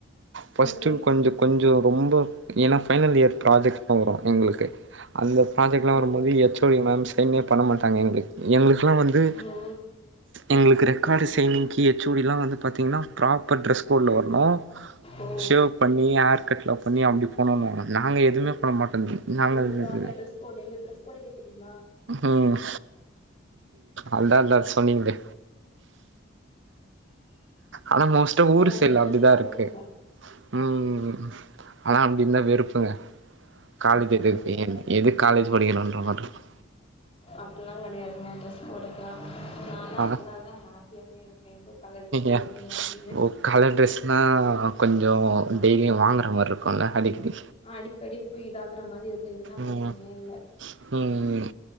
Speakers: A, on the right; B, on the left.
A: ஃபஸ்ட்டு
B: ஓகே
A: கொஞ்சோ கொஞ்சோ ரொம்ப ஏனா ஃபைனல் இயர் ப்ராஜெக்ட்லா வரு எங்களுக்கு அந்த ப்ராஜெக்ட்ல்லா
B: ஓ
A: வரும்போது ஹெச் ஓ டி மேம் சைனே பண்ண மாட் டாங்க எங்ளுக் எங்களுக்கெல்லா வந்து
B: ஓ
A: எங்களுக்கு ரெக்கார்டு சைனிங்க்கு ஹெச் ஓ டி ல்லா வந்து பாத்தீங்கன்னா ப்ராப்பர் ட்ரெஸ் கோட்ல வருணு
B: ஓ
A: ஷேவ் பண்ணி ஹேர் கட்லா பண்ணி அப்டி போண்ணணு நாங்க எதுமே
B: ம்
A: பண்ண மாட்டோ நாங்க
B: உங்களுக்கு ப்ராப்பர்
A: இ
B: ட்ரெஸ் கோடு எங்க ட்ரஸ் கோட்டு கேக்குறீங்ளா
A: ம் அதா அதா சொன்னீங்ளே ஆனா மோஸ்டா
B: சோ
A: ஊரு
B: வந்து
A: சைட்ல
B: ட்ரெஸ்
A: அப்டிதா
B: கோட்லா
A: இருக்கு
B: இல்ல
A: ம் ம் ம் ஆனா அப்டிருந்தா வெறுப்புங்க <unintelligible>
B: அப்புல்லா இல்ல
A: எதுக் காலேஜ் படிக்கணுன்ற மார்ருக்கு
B: அப்ல்லா கெடையாதுங்க டிரஸ் போட்றதல்லா நாலா
A: ஆ
B: அதனால தா ஹேப்பியாவே இருக்கே எதோ கலர் டிரஸ்
A: ஏ
B: ஓகேங்க அப்டி <unintelligible>
A: ஓ கலர் ட்ரெஸ்னா கொஞ்சோ டெய்லியு வாங்கற மார்ருக்குல்ல அடிக்கடி
B: அடிக்கடி போய் இதாகுற மாரி இருக்கு இதுன்னா பிரச்சனயே
A: ம்
B: இல்ல
A: ம்